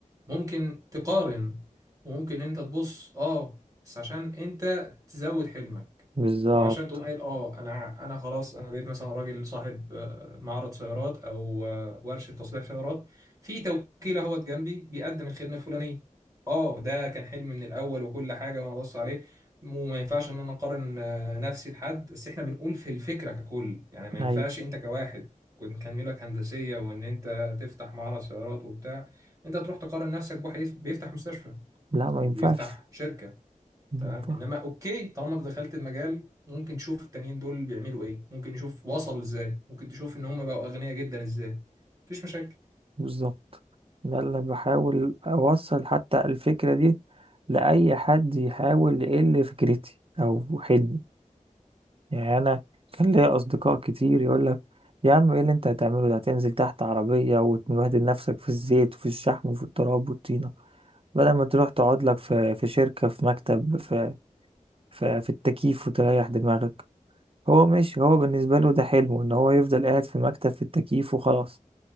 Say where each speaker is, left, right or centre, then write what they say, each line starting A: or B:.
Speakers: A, on the right; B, on the right.
A: ممكن تقارن وممكن انت تبص اه بس عشان انت تزود حلمك
B: بالظبط
A: او عشان تقوم قايل اه انا ع- انا خلاص انا بقيت مثلا راجل صاحب آه، معرض سيارات او آه، ورشة تصليح سيارات في توكيل اهوت جنبي بيقدم الخدمة الفلانية اه ده كان حلمي من الاول وكل حاجة وانا ببص عليه وما ينفعش ان انا اقارن آه، نفسي بحد بس احنا بنقول في الفكرة ككل يعني ما ينفعش
B: ايوه
A: انت كواحد كنت كان ميولك هندسية وان انت تفتح معرض سيارات وبتاع انت تروح تقارن نفسك بواحد بيفتح مستشفى
B: لا ما
A: او
B: ينفعش
A: بيفتح شركه
B: ما
A: تمام
B: ينفعش
A: انما اوكي طالما انت دخلت المجال ممكن تشوف التانيين دول بيعملوا ايه ممكن نشوف وصلوا ازاي ممكن تشوف ان هم بقوا اغنياء جدا ازاي مفيش مشاكل
B: بالظبط ده اللي بحاول أوصل حتى الفكرة دي لأي حد يحاول يقل فكرتي أو حلمي يعني أنا كان ليا أصدقاء كتير يقولك يا عم إيه اللي أنت هتعمله ده هتنزل تحت عربية وتبهدل نفسك في الزيت وفي الشحم وفي التراب والطينة بدل ما تروح تقعد لك في في شركة في مكتب في في, في التكييف وتريح دماغك هو ماشي هو بالنسبة له ده حلمه إن هو يفضل قاعد في مكتب في التكييف وخلاص